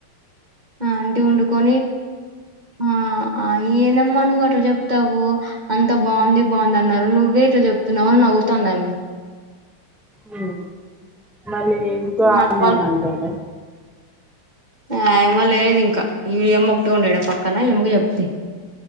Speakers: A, on the right (about 25°); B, in the centre.
A: ఆ ఆంటీ వండుకొని ఆ ఎందమ్మా నువ్వు అట్లా చెప్తావు అంత బాగుంది బాగుందన్నారు నువ్వే ఇట్ల చెప్తున్నావు నవ్వుతంది ఆమే
B: హ్మ్మ్ మళ్ళీ ఇంట్లో
A: నాకు
B: ఆమె ఏమనలేద
A: ఆ ఏమో లేదు ఇంక ఈ అమ్మ ఒక్కటే ఉండే ఈడ పక్కన ఏమకి చెప్తీ